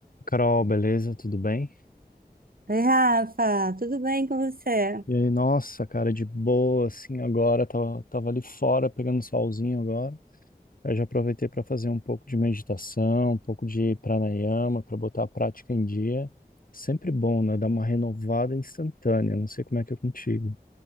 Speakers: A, on the left; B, on the right.
A: Carol, beleza? Tudo bem?
B: Oi, Rafa, tudo bem com você?
A: E aí, nossa, cara, de boa, assim, agora, tava, tava ali fora pegando solzinho agora. Eu já aproveitei para fazer um pouco de meditação, um pouco de pranayama, para botar a prática em dia. Sempre bom, né? Dar uma renovada instantânea. Não sei como é que é contigo.